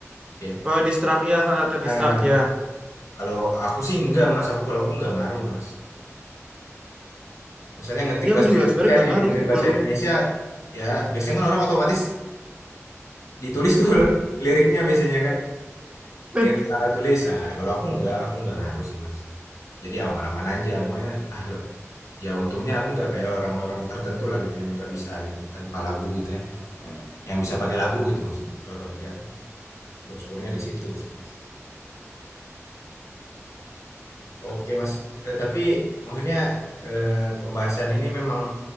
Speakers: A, on the left (about 75°); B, on the right (about 20°).
A: ya
B: Oh, distract ya, ha, tadi
A: Nah,
B: distract ya.
A: kalau aku sih enggak mas, aku kalau aku nggak ngaruh mas. Misalnya ngetik
B: Iya,
A: bahasa
B: aku juga
A: Indonesia
B: sebenarnya gak
A: nih,
B: ngaruh,
A: dengerin
B: betul.
A: bahasa Indonesia, ya biasanya kan orang otomatis ditulis tuh <laughs> liriknya biasanya kan,
B: <laughs>
A: dengan cara tulis. Nah, kalau aku nggak aku nggak ngaruh sih mas. Jadi aman-aman aja, maunya ah lo, ya untungnya aku nggak kayak orang-orang tertentu lah gitu yang nggak bisa gitu, tanpa lagu gitu ya, yang bisa pakai lagu gitu maksudnya, kalau kerja. bersyukurnya di situ sih Mas. Oke Mas, eee, tapi maksudnya, eee, pembahasan ini memang